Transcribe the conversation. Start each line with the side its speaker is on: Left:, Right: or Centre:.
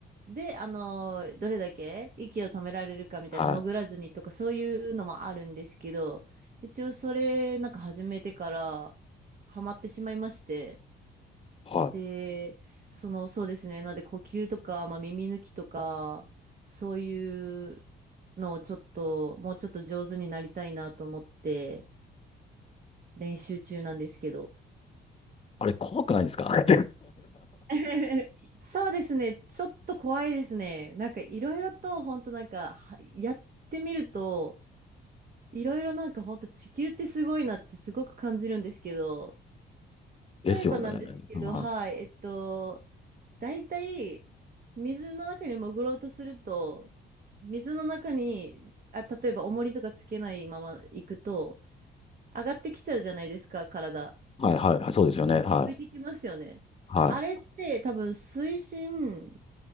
Right: で、あの、どれだけ息を止められるかみたいな、
Left: はい。
Right: 潜らずにとか、そういうのもあるんですけど、一応それ、なんか始めてからハマってしまいまして、
Left: はい
Right: で、その、そうですね。なので、呼吸とか、まあ、耳抜きとか、そういうのをちょっと、もうちょっと上手になりたいなと思って、練習中なんですけど。
Left: あれ怖くないですか <laughs>
Right: <laughs> そうですね。ちょっと怖いですね。なんか、いろいろと、本当なんか、はやってみると、いろいろなんか、本当地球ってすごいなってすごく感じるんですけど、
Left: ですよね。
Right: 例えばなんですけど、
Left: は
Right: はい、えっと、大体、水の中に潜ろうとすると、水の中に、あ、例えば重りとかつけないまま行くと、上がってきちゃうじゃないですか、体。
Left: いはいはいはい。そうですよね。はい。
Right: 浮いてきますよね。
Left: はい。
Right: あれって多分水深、